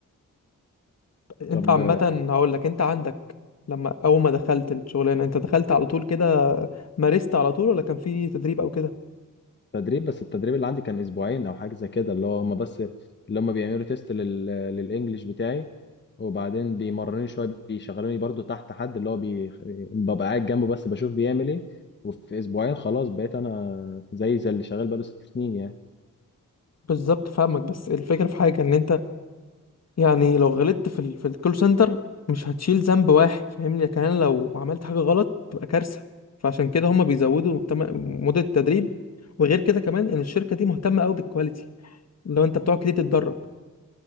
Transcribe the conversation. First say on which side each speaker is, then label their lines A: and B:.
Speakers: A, on the left; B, on the left.
A: انت
B: طب
A: عامة هقول لك انت عندك لما اول ما دخلت الشغلانة انت دخلت على طول كده مارست على طول ولا كان في تدريب او كده
B: تدريب بس التدريب اللي عندي كان اسبوعين او حاجه زي كده اللي هو هم بس اللي هم بيعملوا تيست لل... للانجليش بتاعي وبعدين بيمرنوني شويه بيشغلوني برضو تحت حد اللي هو بي... ببقى قاعد جنبه بس بشوف بيعمل ايه وفي اسبوعين خلاص بقيت انا زي زي اللي شغال بقاله ست سنين يعني
A: بالظبط فاهمك بس الفكرة في حاجة ان انت يعني لو غلطت في ال... في الكول سنتر مش هتشيل ذنب واحد فاهمني لكن انا لو عملت حاجة غلط تبقى كارثة فعشان كده هما بيزودوا تم... مدة التدريب وغير كده كمان ان الشركة دي مهتمة قوي بالكواليتي لو انت بتقعد كتير تتدرب